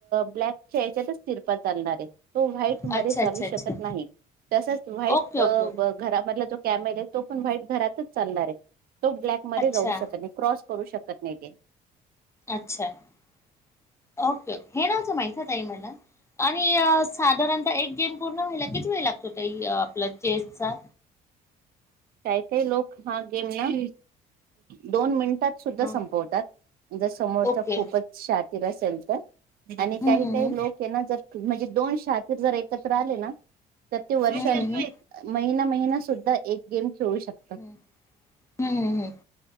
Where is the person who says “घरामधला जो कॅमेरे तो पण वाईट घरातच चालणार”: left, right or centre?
Right